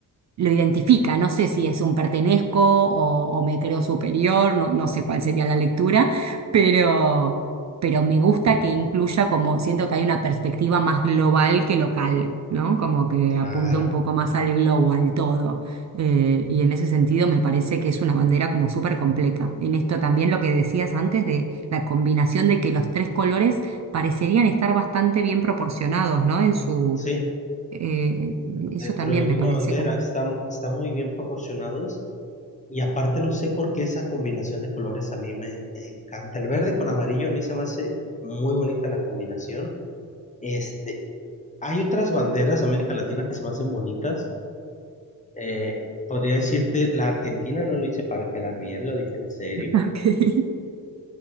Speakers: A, on the right; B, on the left.
A: lo identifica. No sé si es un pertenezco o, o me creo superior, no, no sé cuál sería la lectura, pero, pero me gusta que incluya como siento que hay una perspectiva más global que local, ¿no? Como que
B: claro.
A: apunta un poco más al globo, al todo. Eh, y en ese sentido me parece que es una bandera como súper completa. En esto también lo que decías antes de la combinación de que los tres colores parecerían estar bastante bien proporcionados, ¿no? En su...
B: Sí,
A: eh, eso
B: dentro
A: también
B: de la misma
A: me parece
B: bandera
A: como
B: están, están muy bien proporcionados y aparte no sé por qué esa combinación de colores a mí me encanta. El verde con amarillo a mí se me hace muy bonita la combinación. Este, Hay otras banderas de América Latina que se me hacen bonitas. Eh, podría decirte, la Argentina no lo hice para quedar bien, lo dije en serio.
A: Ok. <laughs>